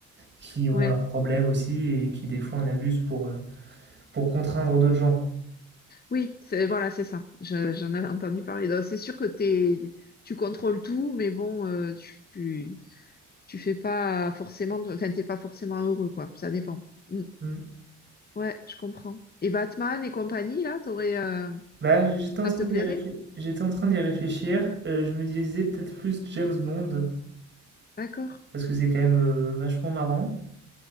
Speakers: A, on the right; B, on the left.
A: qui ont
B: Ouais.
A: leurs problèmes aussi et qui des fois en abusent pour euh, pour contraindre d'autres gens.
B: Oui, c'est, voilà, c'est ça. Je- j'en avais entendu parler. Donc, c'est sûr que t'es, tu contrôles tout, mais bon, euh, tu, tu, tu fais pas forcément, enfin, t'es pas forcément heureux, quoi. Ça dépend. Mm.
A: Hmm.
B: Ouais, je comprends. Et Batman et compagnie, là, t'aurais, euh,
A: Bah, j'étais en
B: ça
A: train
B: te plairait?
A: d'y réfléchir. J'étais en train d'y réfléchir. euh, je me disais peut-être plus James Bond
B: D'accord.
A: parce que c'est quand même euh, vachement marrant.